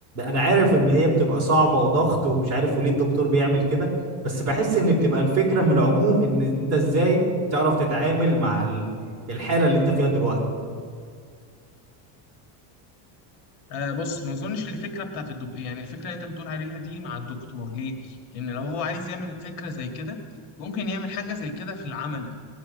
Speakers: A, on the right; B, on the left.
A: انا عارف ان هي بتبقى صعبة وضغط ومش عارف وليه الدكتور بيعمل كده بس بحس ان بتبقى الفكرة من العموم ان انت ازاي تعرف تتعامل مع ال- الحالة اللي انت فيها دلوقتي
B: آه بص ما اظنش الفكره بتاعت الدكتور يعني الفكره اللي انت بتقول عليها دي مع الدكتور ليه؟ لان لو هو عايز يعمل فكره زي كده ممكن يعمل حاجه زي كده في العملي